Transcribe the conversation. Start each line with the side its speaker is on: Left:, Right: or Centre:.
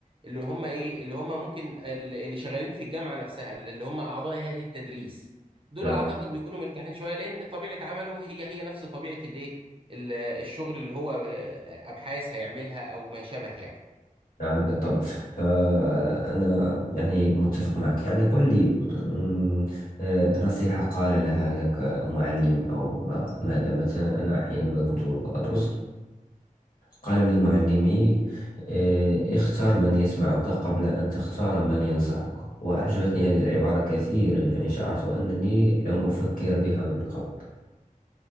Right: اللي هم ايه اللي هم ممكن ال- اللي شغالين في الجامعه نفسها اللي هم اعضاء هيئه التدريس دول
Left: نعم
Right: اعتقد بيكونوا مرتاحين شويه لان طبيعه عمله هي هي نفس طبيعه الايه ال- الشغل اللي هو آه، ابحاث هيعملها او ما شابه يعني
Left: نعم بالطبع فأنا يعني متفق معك يعني قل لي أمم، أه، نصيحة قال لها لك معلم أو ما ماذا مثلا أنا حينما كنت أدرس قال لي معلمي آه، اختر من يسمعك قبل أن تختار من ينصحك وأعجبتني هذه العبارة كثيرا يعني شعرت أنني لم أفكر بها من قبل